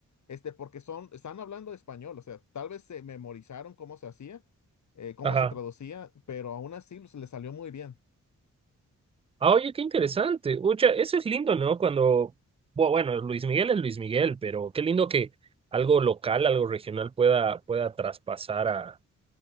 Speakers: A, on the left (about 70°); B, on the right (about 20°).
A: este, porque son, están hablando español, o sea, tal vez se memorizaron cómo se hacía, eh, cómo
B: ajá.
A: se traducía, pero aún así se les salió muy bien.
B: Ah, oye, qué interesante. Ucha, eso es lindo, ¿no? Cuando, bu- bueno, Luis Miguel es Luis Miguel, pero qué lindo que algo local, algo regional pueda, pueda traspasar a